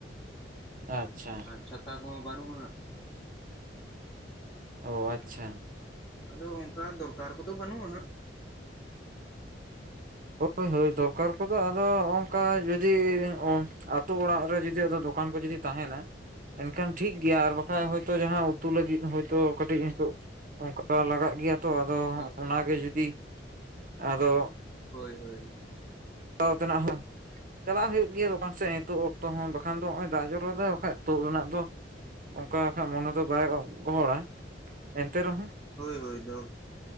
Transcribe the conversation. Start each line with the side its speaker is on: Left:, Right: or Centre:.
Right: ᱟᱪᱪᱷᱟ
Centre: ᱪᱷᱟᱛᱟ ᱠᱚᱢᱟ ᱵᱟᱹᱱᱩᱜᱼᱟ ᱾
Right: ᱚ ᱟᱪᱪᱷᱟ
Centre: ᱟᱫᱚ ᱚᱱᱠᱟ ᱫᱚᱨᱠᱟᱨ ᱠᱚᱫᱚ ᱵᱟᱹᱱᱩᱜᱼᱟ ᱦᱟᱸᱜ
Right: ᱦᱳᱭ ᱦᱳᱭ ᱫᱚᱨᱠᱟᱨ ᱠᱚᱫᱚ ᱟᱫᱚ ᱱᱚᱜ-ᱚᱝᱠᱟ ᱡᱩᱫᱤ ᱟᱹᱛᱩ ᱚᱲᱟᱜ ᱨᱮ ᱡᱩᱫᱤ ᱟᱫᱚ ᱫᱚᱠᱟᱱ ᱠᱚ ᱡᱩᱫᱤ ᱛᱟᱦᱮᱱᱟ ᱮᱱᱠᱷᱟᱱ ᱴᱷᱤᱠ ᱜᱮᱭᱟ ᱟᱨ ᱵᱟᱠᱷᱟᱱ ᱦᱚᱭᱛᱳ ᱡᱟᱦᱟᱸ ᱩᱛᱩ ᱞᱟᱹᱜᱤᱫ ᱦᱳᱭᱛᱳ ᱠᱟᱹᱴᱤᱡ ᱱᱤᱛᱚᱜ ᱚᱱᱠᱟ ᱞᱟᱜᱟᱜ ᱜᱮᱭᱟ ᱛᱚ ᱟᱫᱚ
Centre: ᱦᱳᱭ
Right: ᱚᱱᱟᱜᱮ ᱡᱩᱫᱤ ᱟᱫᱚ
Centre: ᱦᱳᱭ ᱦᱳᱭ
Right: ᱦᱟᱛᱟᱣ ᱛᱮᱱᱟᱜ ᱦᱚᱸ ᱪᱟᱞᱟᱜ ᱦᱩᱭᱩᱜ ᱜᱮᱭᱟ ᱫᱚᱠᱟᱱ ᱥᱮᱫ ᱱᱤᱛᱳᱜ ᱚᱠᱛᱚ ᱦᱚᱸ ᱵᱟᱠᱷᱟᱱ ᱫᱚ ᱱᱚᱜᱼᱚᱭ ᱫᱟᱜ ᱡᱚᱨᱚᱨᱮ ᱵᱟᱠᱟᱱ ᱛᱳᱫ ᱨᱮᱱᱟᱜ ᱫᱚ ᱚᱱᱠᱟ ᱟᱠᱷᱟᱡ ᱢᱚᱱᱮ ᱫᱚ ᱵᱟᱭ ᱜᱚᱦᱚᱲᱟ ᱮᱱᱛᱮ ᱨᱮᱦᱚᱸ
Centre: ᱦᱳᱭ ᱦᱳᱭ ᱫᱚ